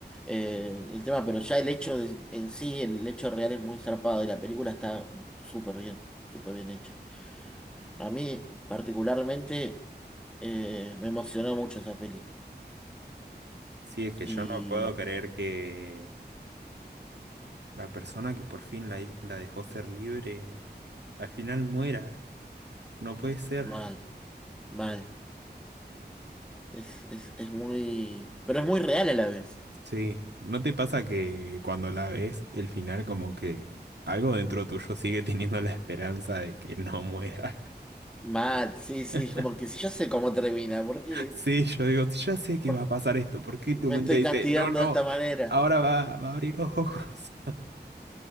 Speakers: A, in the centre; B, on the right.
A: eh, el tema, pero ya el hecho de- en sí, el hecho real es muy zarpado y la película está súper bien, súper bien hecha. A mí particularmente eh, me emocionó mucho esa peli
B: Sí, es que
A: y
B: yo no puedo creer que la persona que por fin la, hi- la dejó ser libre al final muera. No puede ser.
A: mal, mal. Es, es, es muy... Pero es muy real a la vez.
B: Sí. ¿No te pasa que cuando la ves, el final como que algo dentro tuyo sigue teniendo la esperanza de que no muera?
A: Mal, sí, sí,
B: <laughs>
A: como que si yo sé cómo termina, ¿por qué
B: Sí, yo digo, ya sé que
A: por-
B: va a pasar esto. ¿Por qué
A: me
B: tu mente
A: estoy
B: dice,
A: castigando
B: no, no,
A: de esta manera?
B: ahora va, va a abrir los ojos?